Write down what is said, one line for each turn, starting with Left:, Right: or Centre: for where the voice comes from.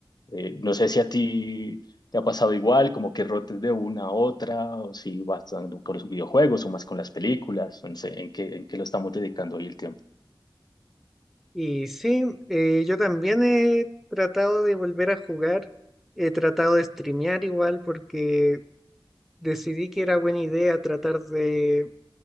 Left: Eh, no sé si a ti te ha pasado igual, como que rotes de una a otra, o si vas tanto con los videojuegos o más con las películas, no sé, en qué, en qué lo estamos dedicando hoy el tiempo.
Centre: Y sí, eh, yo también he tratado de volver a jugar, he tratado de streamear igual porque decidí que era buena idea tratar de